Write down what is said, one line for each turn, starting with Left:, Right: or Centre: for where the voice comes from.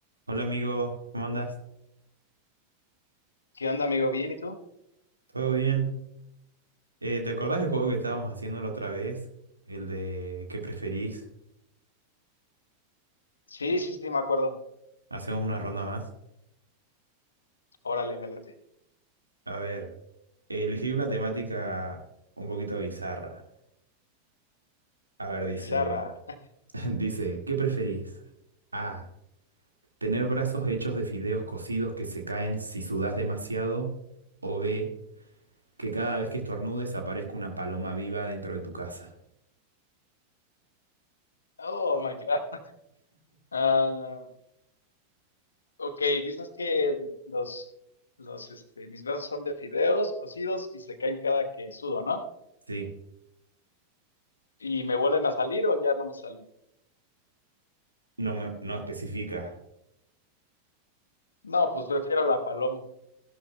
Right: Hola amigo, ¿cómo andás?
Left: ¿Qué onda, amigo? ¿Bien y tú?
Right: ¿Todo bien? Eh, ¿te acordás del juego que estábamos haciendo la otra vez? El de ¿qué preferís?
Left: Sí, sí, sí, me acuerdo.
Right: Hacemos una ronda más.
Left: Órale, me late.
Right: A ver, elegí una temática un poquito bizarra. A ver, dice,
Left: Bizarra. <laughs>
Right: <laughs> dice, ¿qué preferís? A, tener brazos hechos de fideos cocidos que se caen si sudás demasiado, o B, que cada vez que estornudes aparezca una paloma viva dentro de tu casa.
Left: Oh my God. Ah, ok, dices que los, los, este, mis brazos son de fideos cocidos y se caen cada que sudo, ¿no?
Right: Sí,
Left: ¿Y me vuelven a salir o ya no me salen?
Right: no me- no especifica.
Left: No, pues prefiero la paloma.